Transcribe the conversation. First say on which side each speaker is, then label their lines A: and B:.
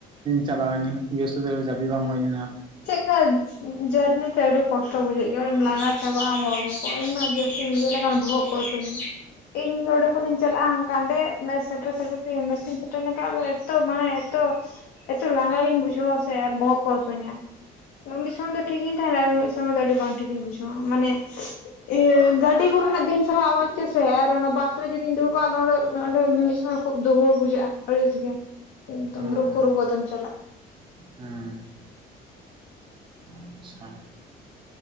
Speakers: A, on the right; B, on the left.
A: ᱪᱟᱞᱟᱣ ᱞᱮᱱᱟᱹᱧ ᱜᱮᱥ <unintelligible> ᱦᱚᱸ ᱡᱟᱯᱤᱜ ᱵᱟᱝ ᱦᱩᱭ ᱞᱮᱱᱟ᱾ <inaudible>
B: ᱪᱮᱜ ᱠᱟᱡ? ᱡᱟᱹᱨᱱᱤ ᱛᱮ ᱟᱹᱰᱤ ᱠᱚᱥᱴᱚ ᱵᱩᱡᱷᱟᱹᱜ ᱜᱮᱭᱟ ᱵᱟᱲᱟᱭᱟᱢ, ᱞᱟᱸᱜᱟ ᱪᱟᱵᱟᱜ ᱟᱢ ᱦᱚᱲᱢᱚ ᱠᱚ ᱤᱧ ᱢᱟ ᱡᱟᱥᱛᱤᱧ ᱩᱭᱦᱟᱹᱨ ᱞᱮᱠᱷᱟᱱ ᱵᱚᱦᱚᱜᱼᱼ <unintelligible> ᱤᱧ ᱱᱚᱸᱰᱮ ᱠᱷᱚᱱᱤᱧ ᱪᱟᱞᱟᱜᱼᱟ ᱠᱟᱸᱰᱮ, ᱱᱮᱜ ᱥᱮᱴᱮᱨ, ᱥᱮᱴᱮᱨ ᱛᱮ ᱢᱮᱥ ᱤᱧ ᱥᱮᱴᱮᱨ ᱞᱮᱱ ᱠᱷᱟᱡ ᱟᱫᱚ ᱮᱛᱚ ᱢᱟᱱᱮ ᱮᱛᱚᱼᱼ ᱮᱛᱚ ᱞᱟᱸᱜᱟ ᱜᱤᱧ ᱵᱩᱡᱷᱟᱹᱣᱟ ᱥᱮ ᱟᱨ ᱵᱚᱦᱚᱜ ᱠᱚ ᱦᱟᱹᱥᱩᱧᱟ᱾ ᱢᱤᱫ ᱥᱚᱢᱚᱭ ᱫᱚ ᱴᱷᱤᱠ ᱜᱤᱧ ᱛᱟᱦᱮᱸᱱᱟ ᱟᱨ ᱢᱤᱫ ᱥᱚᱢᱚᱭ ᱫᱚ ᱟᱹᱰᱤ ᱵᱟᱝ ᱴᱷᱤᱠ ᱤᱧ ᱵᱩᱡᱷᱟᱹᱣᱟ ᱢᱟᱱᱮᱼᱼ ᱤᱭᱟᱹ ᱜᱟᱹᱰᱤ ᱠᱚᱨᱮᱱᱟᱜ ᱫᱤᱱ <unintelligible> ᱪᱮ ᱥᱮ ᱟᱨ ᱚᱱᱟ ᱵᱟᱥ ᱨᱮ ᱡᱩᱫᱤᱧ ᱫᱩᱲᱩᱵᱟ, ᱟᱫᱚ ᱚᱸᱰᱮ, ᱢᱮ ᱚᱸᱰᱮ ᱢᱤᱥ ᱟᱨ ᱠᱷᱩᱵ ᱫᱩᱦᱩᱲ ᱵᱩᱡᱷᱟᱹᱜᱼᱟ, ᱟᱹᱲᱤᱥᱜᱮ ᱮᱠᱫᱚᱢ
A: ᱦᱩᱸ
B: ᱨᱩᱠᱩ ᱨᱩᱠᱩ ᱛᱮᱹᱢ ᱪᱟᱞᱟᱜ
A: ᱦᱩᱸ ᱟᱪᱪᱷᱟ